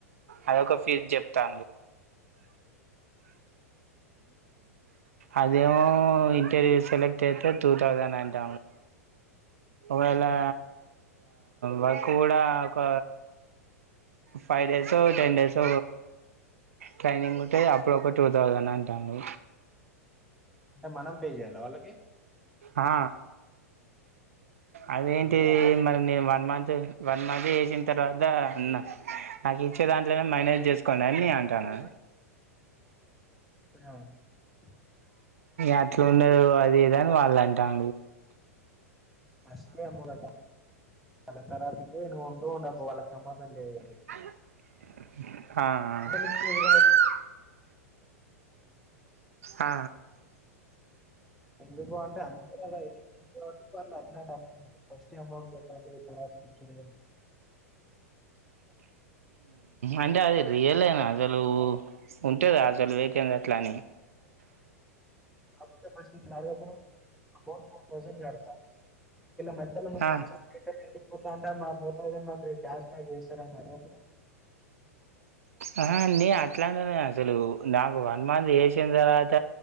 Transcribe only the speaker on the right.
అదొక ఫీజ్ చెప్తా
అదేమో ఇంటర్వ్యూ సెలెక్ట్ అయితే టూ థౌజండ్ అంట మళ్ళా
వర్క్ కూడా ఒక five days ten days training ఉంటే అప్పుడు ఒక టూ థౌజండ్ అంటాను
ఆ అదేంటి
మరి నేను వన్ మంత్ వన్ మంది వసిన తర్వాత అన్నా నాకు ఇచ్చేదాన్ని ఇల మేనేజ్ చేసుకోం అని
నే అంటాను
అట్లా ఉండదు అది ఇదా అని వాళ్ళు అంటం
ఆా
ఆ
అంటే అది
రియల్నా అసలు ఉంటేదా అసలు వకంద అట్లా అని
ఆ
ఆహా నీ అట్లాంటలే అసలు నాకు వన్ మంత్ వసిన తర్వాత